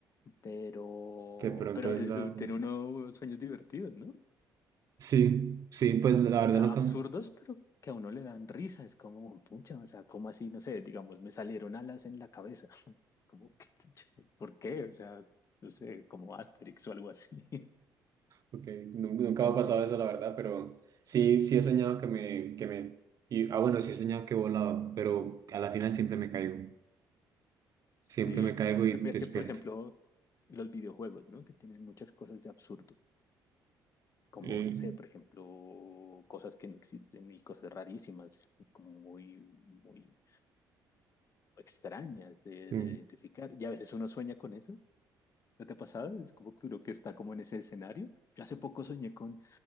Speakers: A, on the left (about 40°); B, on the right (about 50°).
A: pero,
B: De pronto
A: pero a
B: es
A: veces
B: la...
A: tiene uno sueños divertidos, ¿no?
B: Sí, sí, pues la
A: O
B: verdad
A: sea,
B: nunca,
A: absurdos, pero que a uno le dan risa, es como, pucha, o sea, como así, no sé, digamos, me salieron alas en la cabeza, <laughs> como, que, pucha, ¿por qué? O sea, no sé, como Asterix o algo así.
B: okay, nun- nunca me ha pasado eso, la verdad, pero sí, sí he soñado que me, que me, y, ah, bueno, sí he soñado que he volado, pero a la final siempre
A: <laughs>
B: me caigo,
A: Sí,
B: siempre me caigo y
A: lo que es
B: despierto.
A: que, por ejemplo, los videojuegos, ¿no? Que tienen muchas cosas de absurdo, como,
B: Eh,
A: no sé, por ejemplo, cosas que no existen y cosas rarísimas, como muy, muy extrañas de,
B: sí.
A: de identificar. Y a veces uno sueña con eso, ¿no te ha pasado? Es como que uno que está como en ese escenario. Yo hace poco soñé con,